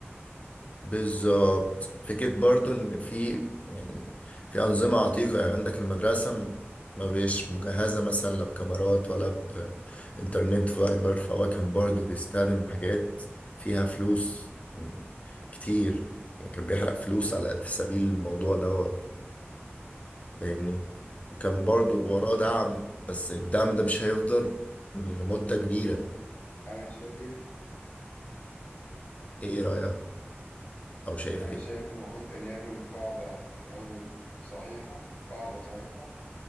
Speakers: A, on the left; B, on the left.
A: بالظبط فكرة برضو إن في يعني في أنظمة عتيقة يعني عندك المدرسة م- ما بيش مجهزة مثلا لا بكاميرات ولا بإنترنت فايبر فهو كان برضو بيستخدم حاجات فيها فلوس م، كتير يعني كان بيحرق فلوس على في سبيل الموضوع دوت فاهمني وكان برضو وراه دعم بس الدعم ده مش هيفضل لمدة كبيرة
B: انا شايف
A: ايه رأيك او شايف
B: انا
A: ايه
B: شايف ان المفروض كان يعمل قاعده الاول صحيحه قاعده صحيحه